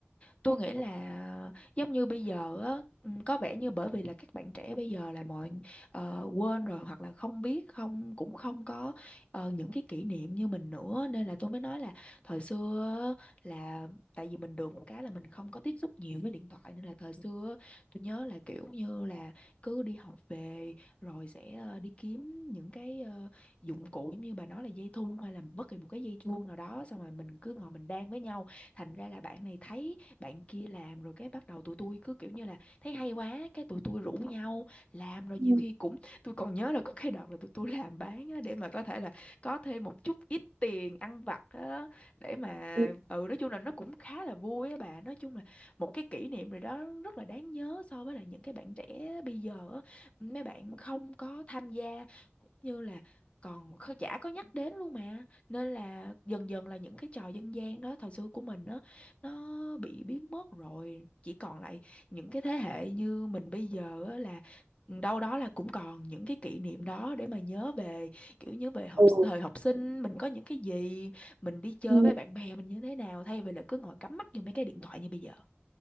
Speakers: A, on the left (about 30°); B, on the right (about 75°).
A: tôi nghĩ là giống như bây giờ á ừm, có vẻ như bởi vì là các bạn trẻ bây giờ là mọi ờ, quên rồi hoặc là không biết không cũng không có ờ, những cái kỷ niệm như mình nữa nên là tôi mới nói là thời xưa á, là tại vì mình được một cái là mình không có tiếp xúc nhiều với điện thoại nên là thời xưa á, tôi nhớ là kiểu như là cứ đi học về rồi sẽ ờ, đi kiếm những cái ờ, dụng cụ giống như bà nói là dây thun hay là bất kỳ một cái dây chuông nào đó xong rồi mình cứ ngồi mình đan với nhau thành ra là bạn này thấy bạn kia làm rồi cái bắt đầu tụi tôi cứ kiểu như là thấy hay quá cái tụi tôi rủ nhau làm rồi nhiều
B: Ừ,
A: khi cũng <laughs> tôi còn nhớ là có cái đợt là tụi tôi làm bán á, để mà có thể là có thêm một chút ít tiền ăn vặt á để mà
B: ừ,
A: ừ nói chung là nó cũng khá là vui á bà nói chung là một cái kỷ niệm rồi đó rất là đáng nhớ so với là những cái bạn trẻ bây giờ á mấy bạn không có tham gia cũng như là còn không chả có nhắc đến luôn mà nên là dần dần là những cái trò dân gian đó thời xưa của mình đó nó bị biến mất rồi chỉ còn lại những cái thế hệ như mình bây giờ á là đâu đó là cũng còn những cái kỷ niệm đó để mà nhớ về kiểu nhớ về học
B: Ừ,
A: thời học sinh mình có những cái gì mình đi chơi
B: ừ.
A: với bạn bè mình như thế nào thay vì là cứ ngồi cắm mắt vô mấy cái điện thoại như bây giờ